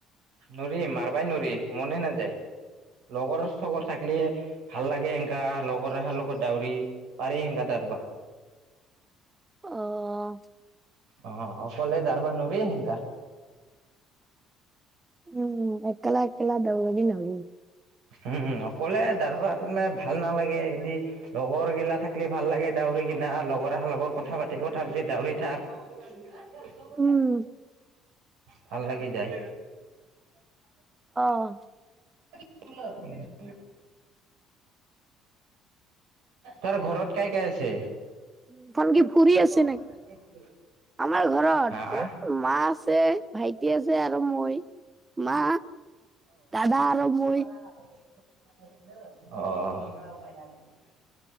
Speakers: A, on the right; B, on the right.
A: নোৰি মাৰিবাই নোৰি মনে নাযায়। লগৰ-চগৰ থাকলি ভাল লাগে সেনকা লগৰ অহাৰ লগত দাউৰি পাৰি সেনকা দাৰবা।
B: অ'।
A: অ', অকলে দাৰবা নৰি সেনকা।
B: উম, একেলা একেলা দাৰবি নোৰি।
A: উম, অকলে দাৰ্বা তাত মানে ভাল নালাগে এদি লগৰ গিলা থাকলি ভাল লাগে দাউৰি কিনা, লগৰ এহাৰ লগত কথা পাতি কথা পাতি ডাউৰি থাক। <unintelligible>
B: উম।
A: ভাল লাগি যায়।
B: অ'।
A: <unintelligible> তাৰ ঘৰত কাই কাই আছে?
B: এখন
A: <unintelligible>
B: কি ফুৰি আছে নেকি? আমাৰ ঘৰত
A: হা
B: এ মা আছে, ভাইটি আছে আৰু মই। মা, দাদা আৰু মই।
A: অঁ।